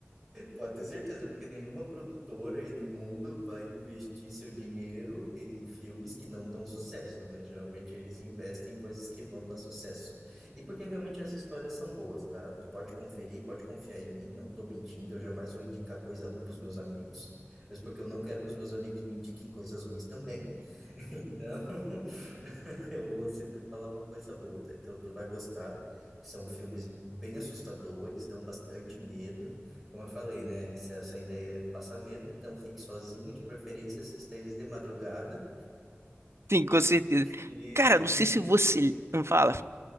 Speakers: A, in the centre; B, on the right.
A: Pode ter certeza, porque nenhuma produtora aí do mundo vai investir seu dinheiro em filmes que não dão sucesso, né? Geralmente eles investem em coisas que vão dar sucesso. E porque realmente as histórias são boas, tá? Tu pode conferir, pode confiar em mim, não tô mentindo, eu jamais vou indicar coisa ruim pros meus amigos, mas porque eu não quero que os meus amigos me indiquem coisas ruins também. Então, <laughs> Eu vou sempre falar uma coisa boa, tá? Então tu vai gostar. São filmes bem assustadores, dão bastante medo. Como eu falei, né? Se essa ideia é passar medo, então fique sozinho, de preferência assista eles de madrugada
B: Sim, com certeza.
A: <laughs> e,
B: Cara, não sei
A: e de,
B: se
A: prefer-
B: você. Fala.